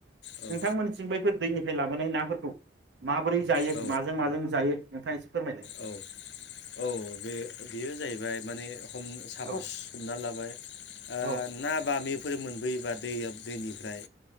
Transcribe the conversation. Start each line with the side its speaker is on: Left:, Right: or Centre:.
Left: औ
Right: नोंथांमोननिथिं
Left: औ।
Right: बैफोर दैनिफ्राय लाबोनाय नाफोरखौ। माबोरै जायो
Left: औ
Right: माजों माजों जायो। नोंथाङा एसे फोरमायलाय
Left: औ औ बे-बेयो जायैबाय माने हम साफस
Right: औ
Left: हमना लाबाय ओ
Right: औ
Left: ना बामिफोर मोन बैयोबा दैया दैनिफ्राय